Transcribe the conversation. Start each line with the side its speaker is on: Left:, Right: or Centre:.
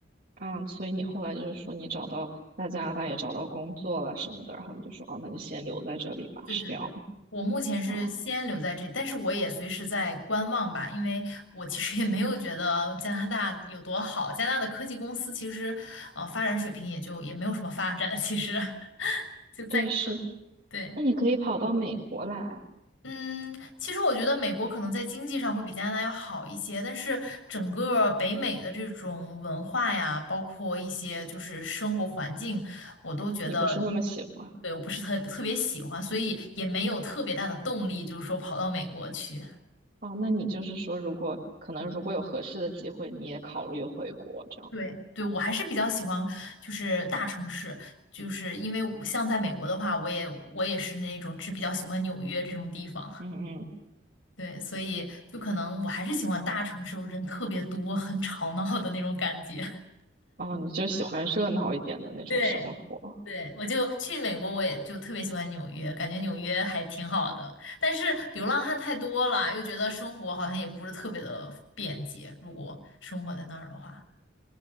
Right: 啊，所以你后来就是说你找到在加拿大也找到工作了什么的，然后你就说哦，那就先留在这里吧，
Left: 对对对，
Right: 是这样
Left: 我目前是先留在这，
Right: 吗？哦，
Left: 但是我也随时在观望吧，因为我其实也没有觉得加拿大有多好，加拿大的科技公司其实，呃，发展水平也就也没有什么发展，其实 <laughs> 就在
Right: 对，是。
Left: 对。
Right: 那你可以跑到美国来，
Left: 嗯，其实我觉得美国可能在经济上会比加拿大要好一些，但是整个北美的这种文化呀，包括一些就是生活环境，我都觉得，
Right: 你不是那么喜欢
Left: 对，我不是特特别喜欢，所以也没有特别大的动力，就是说跑到美国去。
Right: 哦？那你就是说，如果可能，如果有合适的机会，你也考虑回国这样。
Left: 对，对，我还是比较喜欢就是大城市，就是因为我像在美国的话，我也我也是那种只比较喜欢纽约这种地方。
Right: 嗯嗯，
Left: 对，所以就可能我还是喜欢大城市，人特别多，很吵闹的那种感觉。<laughs>
Right: 哦，你就喜欢热闹一点的那种生活。
Left: 对，对，我就去美国，我也就特别喜欢纽约，感觉纽约还挺好的。但是流浪汉太多了，又觉得生活好像也不是特别的便捷。如果生活在那儿的话，